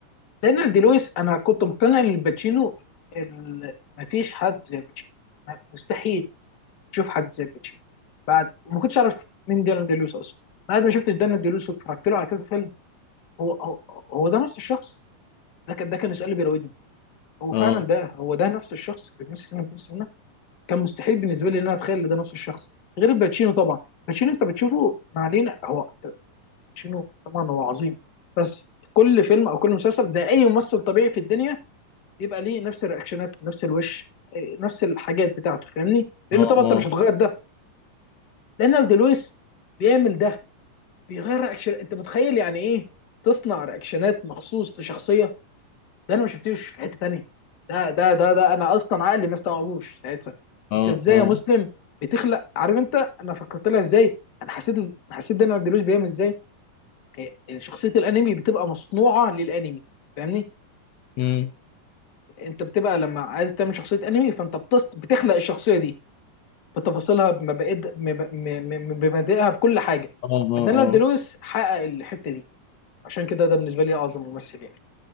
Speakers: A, on the left; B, on the left.
A: دانيال دي لويس انا كنت مقتنع ان الباتشينو ال- مفيش حد زي الباتشينو مستحيل تشوف حد زي الباتشينو بعد وما كنتش اعرف مين دانيال دي لويس اصلا بعد ما شفت دانيال دي لويس واتفرجت له على كذا فيلم هو هو, هو ده نفس الشخص ده كان ده كان السؤال اللي بيراودني هو فعلا
B: آه
A: ده هو ده نفس الشخص اللي ميسي لما كان سنه كان مستحيل بالنسبه لي ان انا اتخيل ان ده نفس الشخص غير باتشينو طبعا باتشينو انت بتشوفه ما علينا هو باتشينو طبعا هو عظيم بس في كل فيلم او كل مسلسل زي اي ممثل طبيعي في الدنيا بيبقى ليه نفس الرياكشنات نفس الوش إيه، نفس الحاجات بتاعته فاهمني لان
B: آه
A: طبعا
B: آه
A: انت مش هتغير ده لان لويس بيعمل ده بيغير رياكشن انت متخيل يعني ايه تصنع رياكشنات مخصوص لشخصيه ده انا ما شفتوش في حته تانيه ده ده ده ده انا اصلا عقلي ما استوعبوش ساعتها
B: آه
A: انت ازاي
B: آه
A: يا مسلم بتخلق عارف انت انا فكرت لها ازاي انا حسيت أنا حسيت داني عبد الوهاب بيعمل ازاي هي- يعني شخصيه الانمي بتبقى مصنوعه للانمي فاهمني
B: مم،
A: انت بتبقى لما عايز تعمل شخصيه انمي فانت بتص... بتخلق الشخصيه دي بتفاصيلها بمبادئ بمب- م- م- بمبادئها بكل حاجه
B: آه آه
A: فداني عبد
B: آه
A: الوهاب حقق الحته دي عشان كده ده بالنسبه لي اعظم ممثل يعني